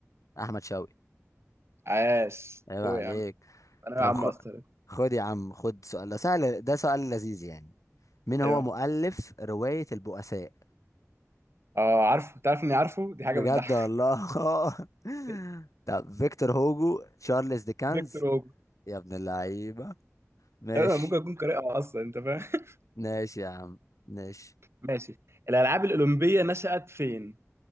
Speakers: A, on the left; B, on the right.
A: احمد شوقي
B: عاش
A: عيب عليك
B: هو يا عم أنا
A: طب
B: يا عم
A: خ...
B: أصلا
A: خد يا عم خد سؤال ده سهل ده سؤال لذيذ يعني مين هو
B: إيه بقى؟
A: مؤلف رواية البؤساء
B: اه عارفه تعرف إني عارفه دي حاجة
A: بجد
B: بتضحك
A: والله <laughs>
B: <laughs>
A: طب فيكتور هوجو تشارلز ديكنز
B: فيكتور هوجو
A: يا ابن اللعيبة ماشي
B: أنا ممكن أكون قارئها أصلا أنت فاهم <laughs>
A: ماشي يا عم ماشي
B: ماشي الألعاب الأولمبية نشأت فين؟